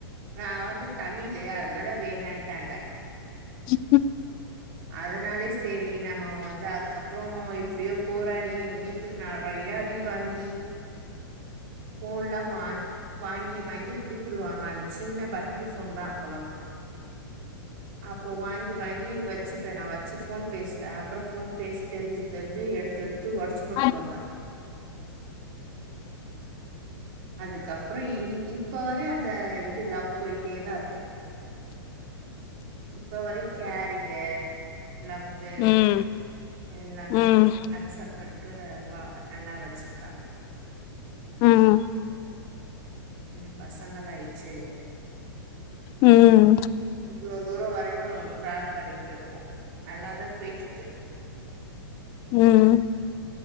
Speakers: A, on the right; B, on the left.
A: நா வந்து தமிழு அதனால வேணான்ட்டாங்க
B: எப்ப
A: அதனாலே செரி நம்ம வந்து அதுக்கப்றோ எப்டியோ போராடி எங்க வீட் ட்ல நறைய அடி வாங்கி போன்ல்லா வாங் வாங்கீ வாங்கி குடுத்துடுவாங்க அந்த சின்ன பட்டன் போன்தா அப்போலா அப்போ வாங்கி வாங்கி வச்சுப்பே நா வச்சு போன் பேசுவே அப்புறம் போன் பேச தெரிஞ்சு தெரிஞ்சு எடு எடுத்து ஒடச்சி போட்ருவாங்க
B: ம்
A: அதுக்கப்றோ இன் இப்ப வர அந்த இது லவ் பொயிட்டேதா இருக்கு இப்ப வரையு கேரிங்கு லவ் வ்வு
B: ம்
A: எல்லாமே
B: ம்
A: அக்சப்ட் பண்ட்டு வா நல்லா வச்சிருக்காங்க
B: ம்
A: ண்டு பசங்களாயிச்சு
B: ம்
A: இவ்ளோ தூரொ வரையு டிராவல் பன்னிட்டு இருப்போ நல்லாதா போயிட்டு இருக்கு
B: ம்